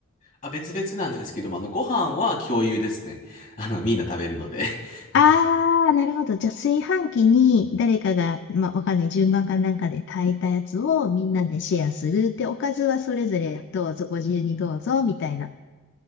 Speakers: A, on the left (about 40°); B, on the left (about 55°).
A: あ、別々なんですけども、あの、ご飯は共有ですね。<laughs> あの、みんな食べるので <laughs>
B: ああー、
A: うん
B: なるほど。じゃあ、炊飯器に誰かが、まあ、わかんない、順番かなんかで炊いたやつをみんなでシェアする。で、おかずはそれぞれどうぞ、ご自由にどうぞ、みたいな。